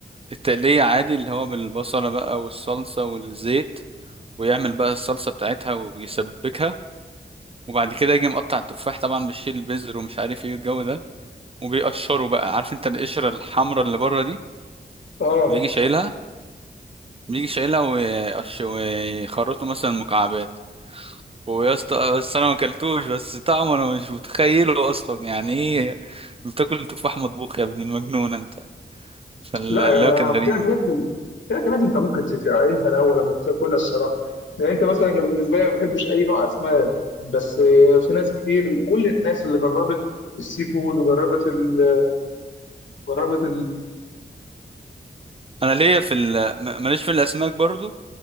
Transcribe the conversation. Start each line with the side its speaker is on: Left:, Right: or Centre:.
Right: التقليه عادي اللي هو بالبصله بقى والصلصه والزيت ويعمل بقى الصلصه بتاعتها ويسبكها وبعد كده يجي مقطع التفاح طبعا بيشيل البذر ومش عارف ايه الجو ده وبيقشره بقى عارف انت القشره الحمراء اللي بره دي
Left: اه
Right: بيجي شايلها بيجي شايلها ويقش- ويخرطه مثلا مكعبات ويا اسطى بس انا ما اكلتوش بس طعمه انا مش متخيله اصلا يعني ايه بتاكل تفاح مطبوخ يا ابن المجنون انت فلا
Left: لا يعني
Right: كانت غريبه
Left: في اكلات في اكلات انت ممكن تتعقلها الاول قبل ما تاكلها الصراحه يعني انت مثلا أنا بالنسبه لي ما بحبش اي نوع اسماك بس آه، في ناس كتير كل الناس اللي جربت السي فود وجربت ال جربت
Right: انا ليا في ال... م- ماليش في الاسماك برضو